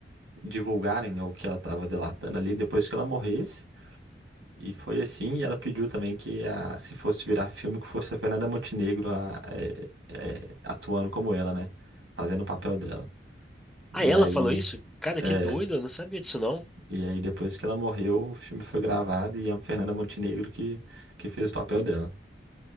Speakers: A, on the right; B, in the centre.
A: divulgarem, né, o que ela estava delatando ali depois que ela morresse, e foi assim, e ela pediu também que a, se fosse virar filme, que fosse a Fernanda Montenegro a- é, é, atuando como ela, né, fazendo o papel dela. E
B: Ah, ela
A: aí,
B: falou isso? Cara,
A: é,
B: que doido, eu não sabia disso não.
A: e aí, depois que ela morreu, o filme foi gravado e é a Fernanda Montenegro que, que fez o papel dela.